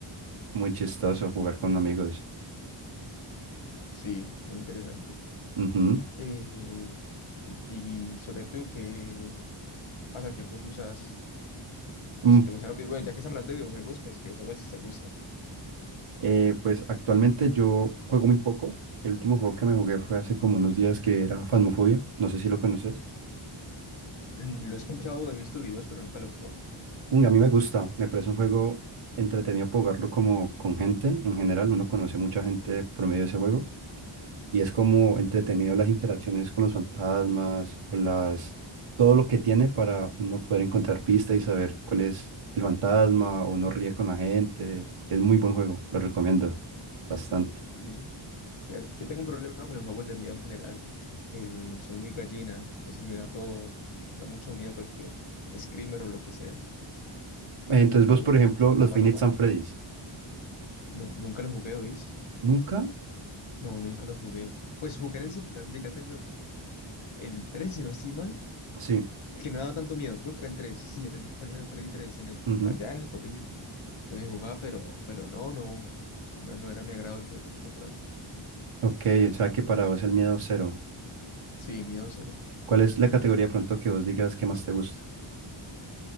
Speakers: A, on the right (about 80°); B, on the left (about 70°).
A: muy chistoso jugar con amigos.
B: Sí, muy interesante.
A: Ujú.
B: Eh, sí. Y sobre todo, ¿qué pasatiempos usas? O
A: Mm,
B: si te gustan los videojuegos, bueno, ya que estamos hablando de videojuegos, pues ¿qué juegos te gustan?
A: eh, pues actualmente yo juego muy poco. El último juego que me jugué fue hace como unos días que era Phasmophobia. No sé si lo conoces.
B: Mm, Lo he escuchado, he visto videos, pero nunca lo he jugado.
A: Uy, a mí me gusta, me parece un juego entretenido para jugarlo como con gente en general, uno conoce mucha gente por medio de ese juego y es como entretenido las interacciones con los fantasmas o las todo lo que tiene para uno poder encontrar pistas y saber cuál es el fantasma o no ríe con la gente. Es muy buen juego, lo recomiendo bastante.
B: Sí, chévere. Yo tengo un problema con los juegos de miedo en general. Eh, soy muy gallina, entonces me da todo, me da mucho miedo cualquier screamer o lo que sea. Paso
A: Eh, Entonces
B: mucho,
A: vos, por ejemplo, los
B: la paso
A: Five Nights
B: mal.
A: at Freddy's,
B: No, nunca lo jugué, hoy.
A: ¿nunca?
B: No, nunca lo jugué. Pues jugué en el celular, llegué a tener el 3 si no estoy mal.
A: Sí.
B: El que no me daba tanto miedo, creo que era el tres Sí, era el Final Freddy 3 en el,
A: ujú.
B: allá en el colegio. No me jugaba, pero, pero no, no, no, no era mi agrado el juego como tal.
A: Ok, o sea que para vos el miedo cero.
B: Sí, miedo cero.
A: ¿Cuál es la categoría de pronto que vos digas que más te gusta?